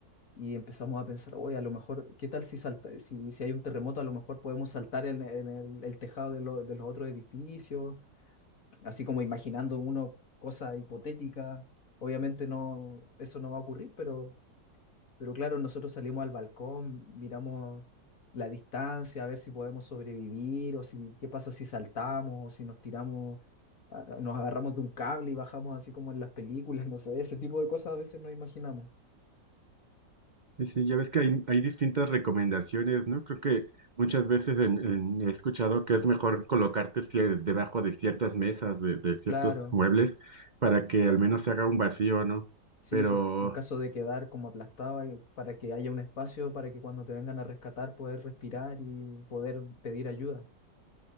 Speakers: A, on the left (about 50°); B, on the right (about 40°).
A: y empezamos a pensar, oye, a lo mejor, ¿qué tal si salta, si, si hay un terremoto, a lo mejor podemos saltar en, en el, el tejado de, lo- de los otros edificios, así como imaginando uno cosa hipotética. Obviamente no, eso no va a ocurrir, pero, pero claro, nosotros salimos al balcón, miramos la distancia, a ver si podemos sobrevivir, o si qué pasa si saltamos, o si nos tiramos, a- nos agarramos de un cable y bajamos así como en las películas, <laughs> no sé, ese tipo de cosas a veces no imaginamos.
B: Sí, sí, ya ves que hay, hay distintas recomendaciones, ¿no? Creo que muchas veces en- en- he escuchado que es mejor colocarte cier- debajo de ciertas mesas, de, de ciertos
A: Claro.
B: muebles, para que al menos se haga un vacío, ¿no?
A: Sí,
B: Pero
A: por, en caso de quedar como aplastado, hay- para que haya un espacio para que cuando te vengan a rescatar poder respirar y poder pedir ayuda.